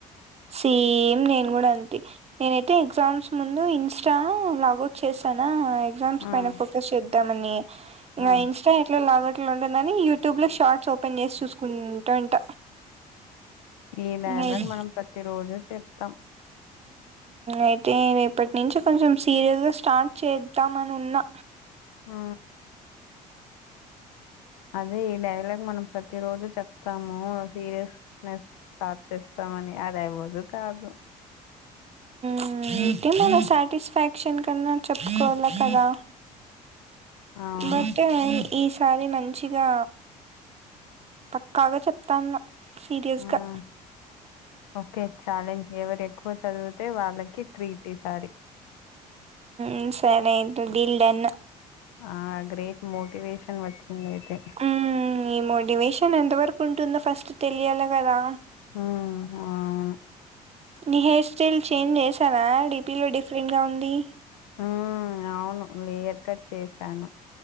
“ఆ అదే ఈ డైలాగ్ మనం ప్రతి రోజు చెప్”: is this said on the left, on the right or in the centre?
Left